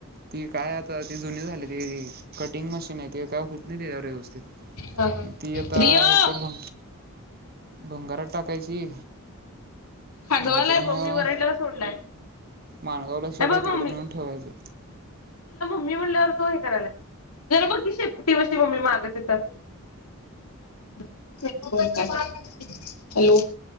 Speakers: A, on the right; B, on the left.
A: ती काय आता ती जुनी झाली त कटिंग मशीन आहे ते काय होत नाही ते या व्यवस्थेत
B: हा हा
A: मग ती आता
B: रिओ
A: एकतर भ भंगारात टाकायची
B: हाजवालाय
A: नाहीतर मग
B: ब मी वरायटला सोडलाय
A: माणगावला शेड
B: हे बघ मम्मी
A: तिकड नेऊन ठेवायचं.
B: मी म्हटल्यावर तो हे करायला जरा ब कि श कोटीपशी मम्मी माग तिथ. <unintelligible> हॅलो